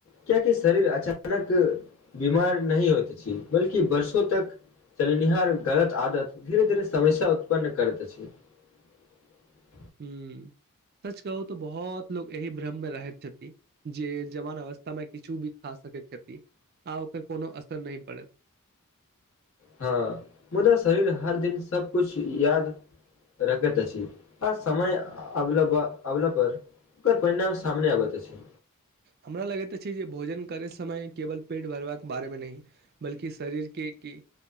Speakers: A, on the left; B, on the right.
A: क्याकि शरीर अच्छा। <unintelligible> अचानक बीमार नहि होते। <unintelligible> बल्कि वर्षो तक चलनिहार गलत आदत धीरे-धीरे समस्या उत्पन्न करैत अछि। <unintelligible>
B: ह्म सच कहू तऽ, बहुत लोको एहि भ्रममे रहैत छथिन, जे जवान अवस्थामे किछु भी खा सकैत छथि, आ ओकर कोनो असर नहि पड़त।
A: हँ मुदा शरीर हर दिन सबकुछु याद रखैत अछि, आ समय अ अभिलावा-अभिलबर पर ओकर परिणाम सामने अबैत अछि।
B: हमरा लगैत अछि जे, भोजन करय समय केवल पेट भरबाक बारेमे नहि बल्कि शरीरके क